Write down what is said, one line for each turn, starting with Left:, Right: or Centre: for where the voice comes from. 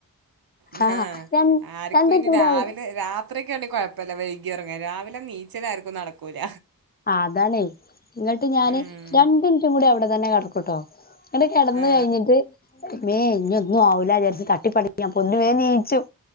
Right: ആഹ
Left: ആഹ് രണ്ട്
Right: ആർക്കും
Left: മിനിറ്റ്
Right: ഇനി
Left: കൂടി
Right: രാവിലെ
Left: അവിടെ
Right: രാത്രിയൊക്കെയ ആണ കുയപ്പല്ല വൈകിഉറങ്ങി അങ്ങനെ രാവിലെ നീച്ചലാര്ക്കും ന്നടക്കൂല
Left: ആ അതാണേ ഇന്ന്ട്ട് ഞാന്
Right: ഉം
Left: രണ്ടിൻറ്റും കൂടി അവിടെ തന്നെ കടക്കൂട്ടോ ങ്ങണ്ട് കെടന്ന്
Right: ആ
Left: കയ്ഞ്ഞിട്ട് മേ ഇനൊന്നും ആവുല്ല വിചാരിച് തട്ടിപ്പടഞ്ഞ്ഞാൻ അപ്പോ തിൻമേ നിച്ചും